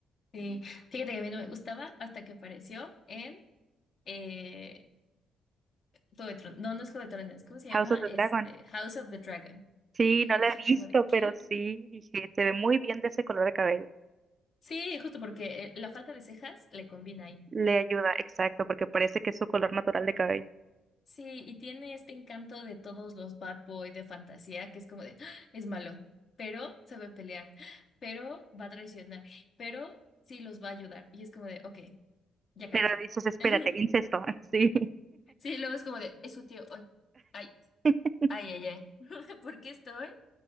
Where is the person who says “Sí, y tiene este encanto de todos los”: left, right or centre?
Left